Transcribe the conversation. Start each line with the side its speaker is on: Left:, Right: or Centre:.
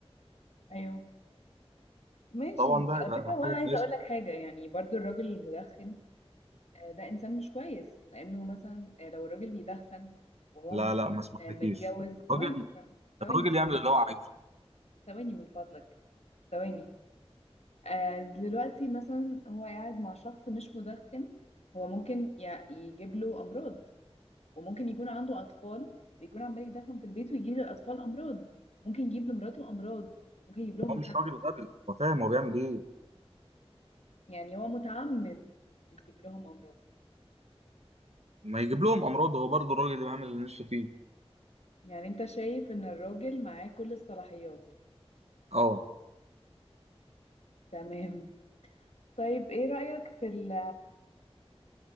Left: ايوه ماشي
Right: طبعا ده
Left: على
Right: يبقى
Left: فكرة وانا
Right: حاجه
Left: عايزة
Right: كويسه
Left: اقول لك حاجة يعني برضو الراجل المدخن آه، ده انسان مش كويس لانه مثلا آه، لو الراجل بيدخن وهو
Right: لا
Left: مثلا
Right: لا ما اسمحلكيش
Left: آه، متجوز ثواني
Right: الراجل
Left: ثواني
Right: الراجل
Left: من-
Right: يعمل اللي هو عايزه
Left: ثواني من فضلك ثواني آه، دلوقتي مثلا هو قاعد مع شخص مش مدخن هو ممكن ي- يجيب له امراض وممكن يكون عنده اطفال ويكون عمال يدخن في البيت ويجيب للاطفال امراض ممكن يجيب لمراته امراض ممكن يجيب لهم
Right: هو مش
Left: كانسر
Right: راجل غبي هو فاهم هو بيعمل ايه
Left: يعني هو متعمد يجيب لهم امراض
Right: ما يجيب لهم امراض هو برضه الراجل اللي بيعمل اللي نفسه فيه
Left: يعني انت شايف ان الراجل معاه كل الصلاحيات
Right: اه
Left: تمام طيب ايه رأيك في ال-